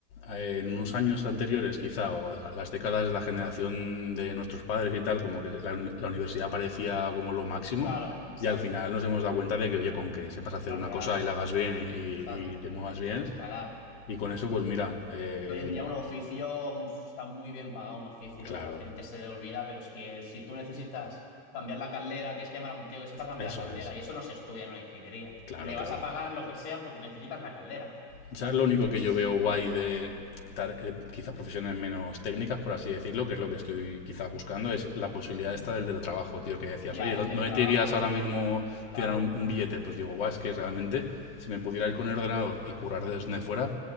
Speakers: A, on the left (about 75°); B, on the left (about 60°).
A: eh, en unos años anteriores, quizá, o a las décadas de la generación de nuestros padres y tal, como que la, uni- la universidad parecía como lo máximo,
B: Claro, exacto.
A: y al final nos hemos dado cuenta de que, oye, con que sepas hacer
B: No
A: una
B: es real.
A: cosa y la hagas bien y, y-
B: Exacto.
A: y te muevas bien,
B: Puedes escalar.
A: y con eso, pues mira, eh,
B: Y que hoy en día un oficio mm, pf, está muy bien pagado un oficio.
A: claro,
B: La gente se olvida, pero es que si tú necesitas cambiar la caldera, tienes que llamar a un tío que sepa cambiar
A: eso
B: la caldera.
A: es,
B: Y eso no se estudia en una ingeniería.
A: claro,
B: Le
A: claro.
B: vas a pagar lo que sea porque necesitas la caldera.
A: Ya lo
B: Entonces,
A: único que yo veo guay de tar- eh, quizás profesiones menos técnicas, por así decirlo, que es lo que estoy quizás buscando, es la posibilidad esta del teletrabajo, tío, que decías,
B: ya
A: oye,
B: el
A: ¿dó- ¿dónde
B: teletrabajo,
A: te irías ahora mismo
B: claro,
A: tirar un, un billete? Pues digo, guau, es que realmente si me pudiera ir con el ordenador y curar desde fuera,